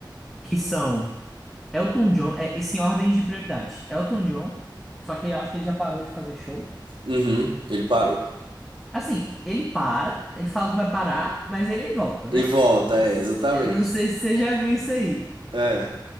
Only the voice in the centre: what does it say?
Que são Elton John, é, esse em ordem de prioridade. Elton John, só que eu acho que ele já parou de fazer show.
Assim, ele para, ele fala que vai parar, mas ele volta,
né?
Não,
se-
eu não sei se você já viu isso aí.